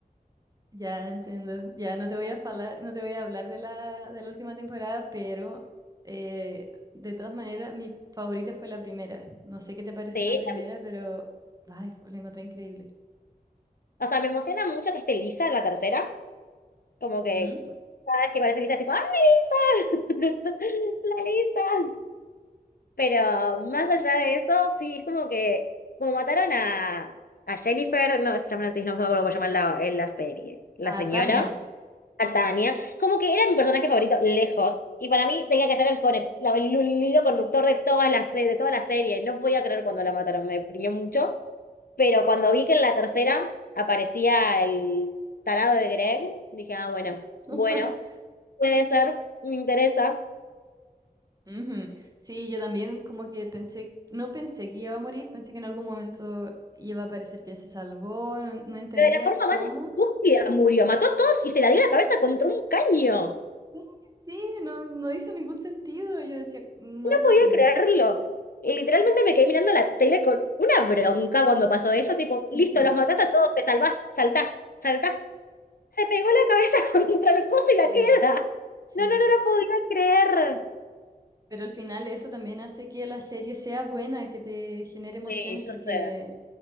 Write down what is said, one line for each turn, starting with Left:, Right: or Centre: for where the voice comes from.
Right: Ya entiendo. Ya no te voy a falar- no te voy a hablar de la, de la última temporada, pero eh, de todas maneras, mi favorita fue la primera. No sé qué te pareció
Left: Sí,
Right: la primera,
Left: la-
Right: pero ay, la encontré increíble.
Left: o sea, me emociona mucho que esté Lisa en la tercera. Como que
Right: Ujú.
Left: cada vez que parece Lisa es tipo, ¡ay, Lisa! <laughs> ¡La Lisa! Pero más allá de eso, sí, es como que, como mataron a, a Jennifer, no se llama la actriz, no me acuerdo cómo se llama en la, en la serie, la
Right: A
Left: señora
Right: Tania.
Left: a Tania, como que era mi personaje favorito lejos, y para mí tenía que ser el, conec- la- el hilo conductor de toda la, se- de toda la serie, no podía creer cuando la mataron, me deprimió mucho, pero cuando vi que en la tercera aparecía el tarado de Greg, dije, ah, bueno,
Right: <laughs>
Left: bueno, puede ser, me interesa,
Right: Ujú. Sí, yo también como que pensé, no pensé que iba a morir, pensé que en algún momento iba a parecer que se salvó, no, no entendía
Left: pero de la forma
Right: cómo.
Left: más estúpida murió, mató a todos y se la dio en la cabeza contra un caño.
Right: Sí, sí, no, no hizo ningún sentido. Yo decía, no
Left: No
Right: es posible.
Left: podía creerlo. Literalmente me quedé mirando la tele con una bronca cuando pasó eso, tipo,
Right: <laughs>
Left: listo,
Right: Ujú.
Left: los mataste a todos, te salvás, saltá, saltá. Se pegó la cabeza <laughs> contra el coso y la
Right: Eh,
Left: queda.
Right: sí,
Left: No, no, no la podía creer.
Right: pero al final eso también hace que la serie sea buena, que te genere emociones
Left: Sí,
Right: porque,
Left: yo sé.